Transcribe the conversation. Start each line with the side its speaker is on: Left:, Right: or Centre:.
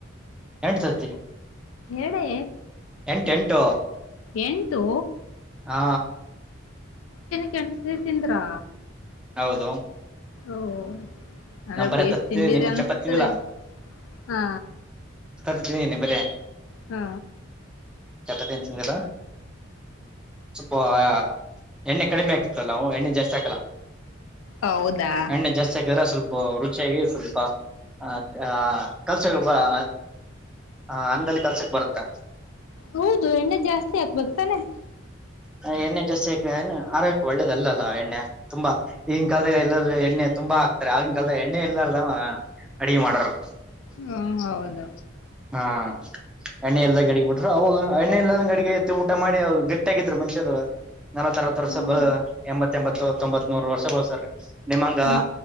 Centre: ಎರಡ್ ತತ್ತಿ
Left: ಎರಡೇ
Centre: ಎಂಟ್ ಎಂಟು
Left: ಎಂಟು
Centre: ಹಾ
Left: ಕೆಂಟ್ ನೆ ತಿಂದ್ರಾ?
Centre: ಹೌದು
Left: ಓ ಹ್ ಅಂದ್ರೆ
Centre: ನಾ ಬರ
Left: ಬೇಸ್
Centre: ತತ್ತಿ
Left: ತಿಂದೀರಿ
Centre: ನಿನ್ನ
Left: ಅನ್ಸ್ತದೆ
Centre: ಚಪಾತಿ ತಿಂದಿಲ್ಲ
Left: ಹಾ
Centre: ತತ್ತಿ ತಿಂದಿನಿ ಬರೇ
Left: ಹ್ಮ
Centre: ಚಪಾತಿ ಏನ್ ತಿಂದಿಲ್ಲ. ಸಪ್ಪ್ ಪೊಯ ಎಣ್ಣೆ ಕಡಿಮೆ ಆಗ್ತಿತ್ತಲ್ಲ ನಾವೂ ಎಣ್ಣೆ ಜಾಸ್ತಿ ಹಾಕಲ್ಲ.
Left: ಹೌದಾ
Centre: ಎಣ್ಣೆ ಜಾಸ್ತಿ ಹಾಕಿರ ಸ್ವಲ್ ರುಚಿಯಾಗಿ ಸ್ವಲ್ಪ ಆ ಕಲ್ಸಕ್ ಬರ್ ಅನ್ನದಲ್ಲಿ ಕಲ್ಸಕ್ ಬರುತ್ತೆ.
Left: ಹೌದು ಎಣ್ಣೆ ಜಾಸ್ತಿ ಆಕ್ಬದು ತಾನೆ
Centre: ಎಣ್ಣೆ ಜಾಸ್ತಿ ಹಾಕ್ಯನ ಆರೋಗ್ಯಕ ಒಳ್ಳೇದ ಅಲ್ಲಲ್ಲ ಎಣ್ಣೆ ತುಂಬಾ ಈಗಿನ್ ಕಾಲದಾಗ್ ಎಲ್ಲಾರೂ ಎಣ್ಣೆ ತುಂಬಾ ಹಾಕ್ತಾರೆ ಆಗಿನ ಕಾಲದ ಎಣ್ಣೆ ಎಲ್ಲಾರ್ದ ಅಡಗೆ ಮಾಡರು.
Left: ಹ್ಮ ಹೌದು
Centre: ಹಾ ಎಣ್ಣೆ ಇಲ್ಲದಂಗ ಅಡಿಗೆ ಬಿಟ್ರ ಅವಾಗ ಎಣ್ಣೆ ಎಲ್ಲಂಗ ಅಡಿಗೆತ್ತ ಊಟ ಮಾಡಿ ಗಟ್ಟಿಯಾಗಿದ್ರು ಮನಷ್ಯರು. ನಲವ ಅರತ್ ವರ್ಸ
Left: ಹ್ಮ್
Centre: ಬ ಎಂಬತ್ ತ್ತ ಎಂಬತ್ತು ತೊಂಬತ್ ನೂರ್ ವರ್ಷ ಬಳಸ್ಯರಿ. ನಿಮ್ಮಂಗ
Left: ಹಾ